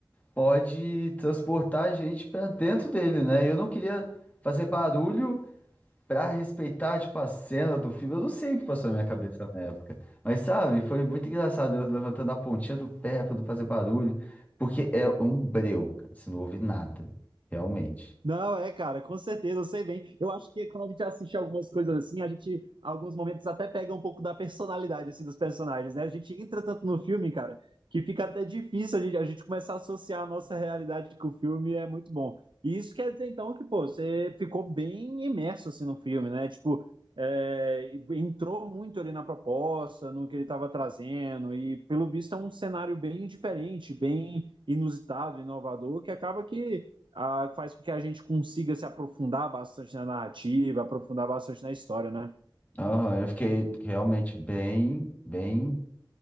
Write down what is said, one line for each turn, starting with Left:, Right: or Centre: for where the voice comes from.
Left: pode transportar a gente pra dentro dele, né? Eu não queria fazer barulho. Pra respeitar, tipo, a cena do filme, eu não sei o que passou na minha cabeça na época. Mas, sabe, foi muito engraçado eu levantando a pontinha do pé pra não fazer barulho. Porque é um breu, cara. Você não ouve nada. Realmente.
Right: Não, é, cara, com certeza, eu sei bem. Eu acho que quando a gente assiste algumas coisas assim, a gente, alguns momentos, até pega um pouco da personalidade, assim, dos personagens, né? A gente entra tanto no filme, cara, que fica até difícil a gente, a gente começar a associar a nossa realidade com o filme, é muito bom. E isso quer dizer, então, que, pô, você ficou bem imerso, assim, no filme, né? Tipo, é, entrou muito ali na proposta, no que ele estava trazendo, e pelo visto é um cenário bem diferente, bem inusitado, inovador, que acaba que ah, faz com que a gente consiga se aprofundar bastante na narrativa, aprofundar bastante na história, né?
Left: Aham, eu fiquei realmente bem, bem